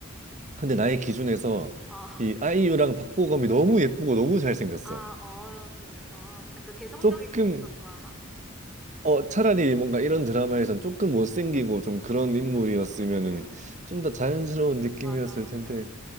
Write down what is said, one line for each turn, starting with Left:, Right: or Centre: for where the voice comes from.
Right: 근데 나의 기준에서
Centre: 어. 어.
Right: 이 아이유랑 박보검이 너무 예쁘고 너무 잘생겼어.
Centre: 아, 어. 그래서 약간 개성적인
Right: 조금,
Centre: 캐릭터 좋아하나?
Right: 어, 차라리 뭔가 이런 드라마에선 조금 못생기고 좀 그런 인물이었으면은
Centre: 응응응.
Right: 좀 더 자연스러운 느낌이었을
Centre: 맞아 맞아.
Right: 텐데,